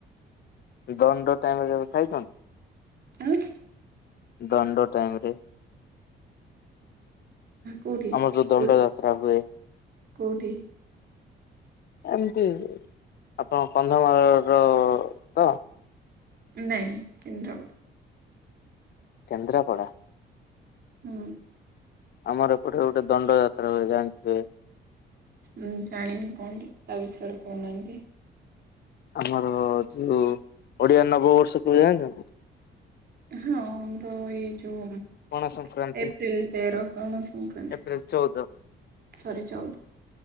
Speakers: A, on the left (about 55°); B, on the right (about 55°).
A: ଦଣ୍ଡ ଟାଇମରେ କେବେ ଖାଇଚନ୍ତି?
B: ଆଁ?
A: ଦଣ୍ଡ ଟାଇମରେ
B: କୋଉଠି?
A: ଆମର ଯୋଉ ଦଣ୍ଡ
B: ପୁରୀ।
A: ଯାତ୍ରା ହୁଏ
B: କୋଉଠି?
A: ଏମିତି, ଆପଣ କନ୍ଧମାଳର ତ?
B: ନାଇଁ, କେନ୍ଦ୍ରାପଡା।
A: କେନ୍ଦ୍ରାପଡ଼ା।
B: ହୁଁ।
A: ଆମର ଏପଟେ ଗୋଟେ ଦଣ୍ଡ ଯାତ୍ରା ହୁଏ, ଜାଣିଥିବେ?
B: ମୁଁ ଜାଣିନି କଣ ଟିକେ, ତା ବିଷୟରେ କହୁନାହାନ୍ତି?
A: ଆମର ଯୋଉ ଓଡିଆ ନବବର୍ଷ କେବେ ଜାଣିଛନ୍ତି?
B: ହଁ, ଆମର ଏଇ ଯୋଉ
A: ପଣା ସଂକ୍ରାନ୍ତି
B: ଏପ୍ରିିଲ ତେର ପଣା ସଂକ୍ରାନ୍ତି,
A: ଏପ୍ରିଲ ଚଉଦ
B: ସରି ଚଉଦ।